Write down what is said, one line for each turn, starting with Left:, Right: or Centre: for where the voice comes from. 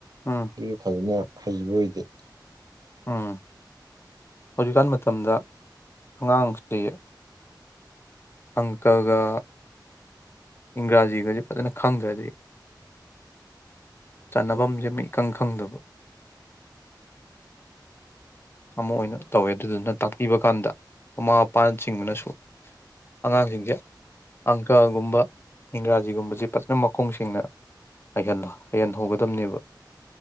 Left: ꯎꯝ
Right: ꯑꯗꯨꯁꯨ ꯐꯖꯅ ꯍꯩꯕ ꯑꯣꯏꯗꯦ
Left: ꯎꯝ ꯍꯧꯖꯤꯛꯀꯥꯟ ꯃꯇꯝꯗ ꯑꯉꯥꯡꯁꯤ ꯑꯪꯀꯒ ꯏꯪꯒ꯭ꯔꯥꯖꯤꯒꯁꯦ ꯐꯖꯅ ꯈꯪꯗ꯭ꯔꯗꯤ ꯆꯟꯅꯐꯝꯁꯦ ꯏꯈꯪ ꯈꯪꯗꯕ ꯑꯃ ꯑꯣꯏꯅ ꯇꯧꯋꯦ ꯑꯗꯨꯗꯨꯅ ꯇꯥꯛꯄꯤꯕ ꯀꯥꯟꯗ ꯃꯃꯥ ꯃꯄꯥꯅ ꯆꯤꯡꯕꯅꯁꯨ ꯑꯉꯥꯡꯁꯤꯡꯁꯦ ꯑꯪꯀꯒꯨꯝꯕ ꯏꯪꯒ꯭ꯔꯥꯖꯤꯒꯨꯝꯕꯁꯦ ꯐꯖꯅ ꯃꯈꯣꯡꯁꯤꯡꯅ ꯍꯩꯍꯟꯕ ꯍꯩꯍꯟꯍꯧꯒꯗꯕꯅꯦꯕ